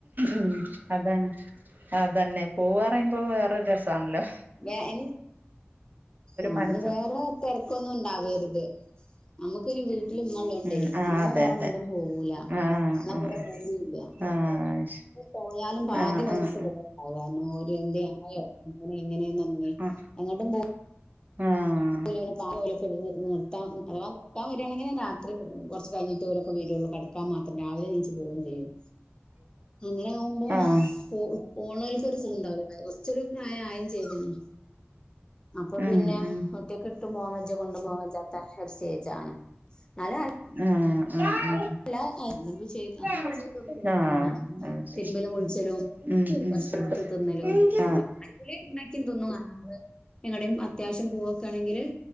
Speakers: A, on the right; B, on the left.
A: ഉ അതന്നെ അതന്നെ പോവാ പറയുമ്പോ വേറെൊ രസണല്ലോ
B: വ എന ആ
A: മനസ്സ്
B: വേറെ തിരക്കൊന്നും ഇണ്ടാവരുത് നമുക്ക് ഇന്നല്ലോണ്ടേ
A: ഉം ആഹ്
B: ഇന്ന
A: അതെ
B: വേറെങ്ങോട്ടും
A: അതെ
B: പോകൂല
A: ആഹ്
B: നമ്മള
A: ആഹ്
B: കൂടെ പോവല്ല
A: ആഹ് ശ്
B: പോയാലും
A: ആഹ്
B: ആാദ്യ വയസ്
A: ആഹ്
B: ഇവിടെണ്ടാവാരണം എന്ത ആയോ അങ്ങനെ എങ്ങനെയ നന്ദി
A: ആഹ്
B: എങ്ങോട്ടും പോ
A: ആഹ്
B: <unintelligible> നിർത്താ അഥവാ നിക്കാൻ വരാണെങ്കില് രാ ത്രി കൊറച്ച് കഴിഞ്ഞിട്ട് ഓലൊക്കെ വരോള്ളു കടക്കാൻ മാത്രം രാവിലെ നീച്ച് പോവും ചെയ്യും അങ്ങനാവുമ്പോ
A: ആഹ്
B: പോ പോണോല്ക്കൊരു സൂഖണ്ടാവൂല്ല കൊച്ചൊരു പ്രായായും ചെയ്ത്ണ് അപ്പൊ
A: ഉം
B: പിന്നെ
A: ഉം
B: യി കിട്ടും <unintelligible> കൊണ്ടും പോവാവേജാത്ത ഒരു സ്റ്റേജാണ് ന്നാലും
A: ആഹ് ആഹ്
B: അല്ല <unintelligible> അങ്ങനെ
A: ആഹ്
B: ചെയ്തൊട്ക്കൊന്നും
A: ആഹ്
B: മാണ്ട
A: അത് ശരി
B: തിര്മ്പലും കുള്ച്ചലും
A: ഉം ഉം ഉം ഉം
B: ഭക്ഷണട്ത്ത്
A: ആഹ് ആഹ് ആഹ് ആഹ്
B: തിന്നലും <unintelligible>
A: ആഹ്
B: അല്ലങ്കില് ഇണ്ടാക്കി തിന്നും <unintelligible> എങ്ങടെം അത്യാവശ്യം പോവൊക്കണെങ്കിൽ